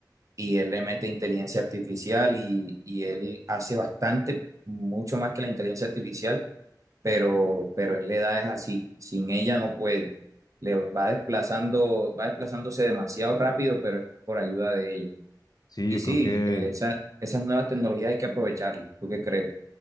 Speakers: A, on the right; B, on the left.
A: y él le mete inteligencia artificial y, y él hace bastante, mucho más que la inteligencia artificial, pero, pero él le da es así, sin ella no puede. Le va desplazando, va desplazándose demasiado rápido, pero es por ayuda de ella.
B: Sí,
A: Y
B: yo
A: sí,
B: creo que
A: eh, esa- esas nuevas tecnologías hay que aprovecharlas. ¿Tú qué crees?